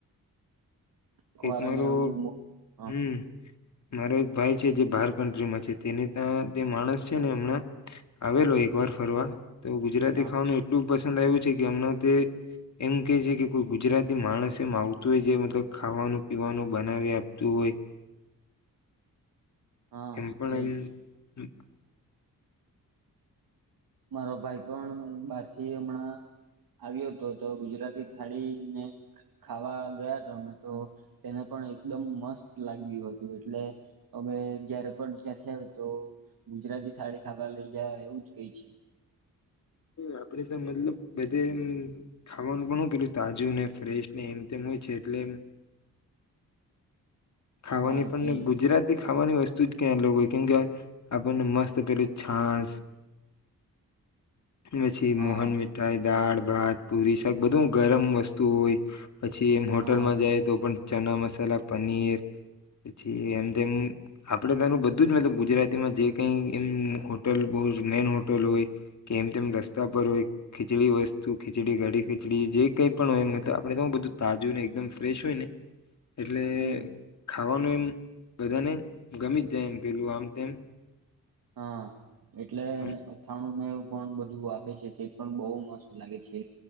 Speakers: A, on the right (about 75°); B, on the left (about 50°).
A: અખબાર
B: એક મારો
A: અને એવું હા
B: હમ મારો એક ભાઈ જે બહાર ક્રીમાં છે તેની ત્યા તે માણસ છે ને અમણા આવેલો ઘર ફરવા. તો ગુજરાતી
A: હા
B: ખાવાનું એટલું પસંદ આવ્યું છે કે હમણાં તે, એમ કે છે કે કોઈ ગુજરાતી માણસ એમ આવતો હોય જે મતલબ ખાવાનું પીવાનું બનાવી આપતું હોય.
A: હા
B: એમ પણ
A: તેજ.
B: એમ
A: મારો ભાઈ પણ બહાર થી હમણાં આવ્યો હતો તો ગુજરાતી થાળી ને ખાવા ગયા હતા અમે તો, તેને પણ એકદમ મસ્ત લાગ્યું હતું એટલે, અમે જયારે પણ ત્યાં થ તો ગુજરાતી થાળી ખાવા લઈ જયા એવું જ કેય છે.
B: આપે તો મતલબ બધે એમ ખાવાનું પણ કર્યું તાજું ને ફ્રેશ ને એમ તેમ હોય છે એટલે એમ ખાવાની
A: હા
B: પણને
A: તેજ
B: ગુજરાતી ખાવાની વસ્તુ જ ક્યાંય લોકો હોય કેમકે, આપણને મસ્ત પેલું છાસ. મછી
A: હા
B: મોહન મિઠાઈ દાળ. ભાત પુરી શાક બધું ગરમ વસ્તુ હોય. પછી એમ હોટલમાં
A: હા
B: જાય તો પણ ચણા મસાલા પનીર. પછી એમ તેમમ આપણે તનું બધું જ મતલબ ગુજરાતીમાં જે કઈ એમ હોટલ મેન હોટલ હોય, કે એમ તેમ રસ્તા પર હોય ખીચડી વસ્તુ ખીચડી ઘાડી ખીચડી જે કઈ પણ હોય મ આપે તો બધું તાજું ને એકદમ ફ્રેશ હોય ને. એટલે.
A: હમ
B: નું એમ બધાને ગમી જ જાય એમ પેલું આમ તેમ.
A: હા. એટલે
B: આમ
A: અથાણું ન એવ. બધું આપે છે તે પણ બહ મસ્ત લાગે છે